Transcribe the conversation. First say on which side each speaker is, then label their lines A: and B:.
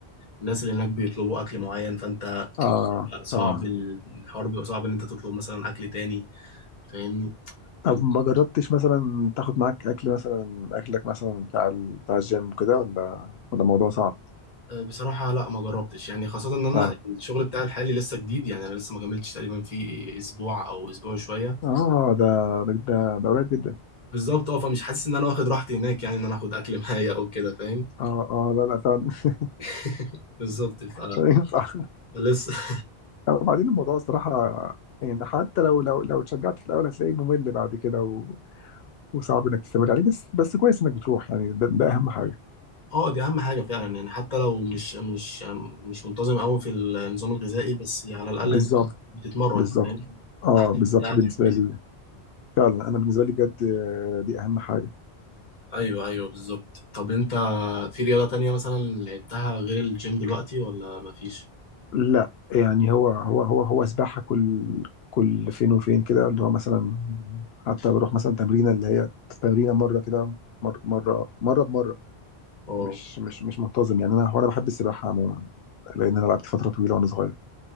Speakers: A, on the left; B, on the left.
A: الناس اللي هناك بيطلبوا اكل معين فانت
B: اه
A: بيبقى صعب
B: طبعا
A: الحوار بيبقى صعب ان انت تطلب مثلا اكل تاني فاهمني
B: طب
A: فانت
B: ما جربتش مثلا تاخد معاك اكل مثلا اكلك مثلا بتاع ال- بتاع الجيم كده ولا ولا الموضوع صعب
A: بصراحه لا ما جربتش يعني خاصه ان انا
B: اه
A: الشغل بتاعي الحالي لسه جديد يعني انا لسه ما كملتش تقريبا في اسبوع او اسبوع شويه
B: اه ده ده ده, ده قريب جدا
A: بالظبط اه فمش حاسس ان انا واخد راحتي هناك يعني ان انا اخد اكل <laughs> معايا او كده فاهم
B: اه اه لا لا فعلا <laughs>
A: <laughs> بالظبط ف
B: مش هينفع
A: لسه <laughs>
B: وبعدين الموضوع الصراحة يعني حتى لو لو لو اتشجعت في الاول هتلاقيه ممل بعد كده وصعب انك تستمر عليه بس بس كويس انك بتروح يعني ده, ده اهم حاجه
A: اه دي اهم حاجه فعلا يعني حتى لو مش مش مش منتظم قوي في النظام الغذائي بس على الاقل
B: بالظبط
A: انت بتتمرن
B: بالظبط
A: فاهم
B: اه
A: احسن من
B: بالظبط
A: انت قاعد
B: بالنسبه
A: في البيت.
B: لي فعلا انا بالنسبه لي بجد آه، دي اهم حاجه
A: ايوه ايوه بالظبط طب انت في رياضه تانية مثلا لعبتها غير الجيم دلوقتي ولا مفيش
B: لا يعني هو هو هو هو سباحه كل كل فين وفين كده اللي هو مثلا حتى بروح مثلا تمرينه اللي هي تمرينه مره كده مر- مره مره بمره
A: اه
B: مش مش مش منتظم يعني انا هو انا بحب السباحه عموما لان انا لعبت فتره طويله وانا صغير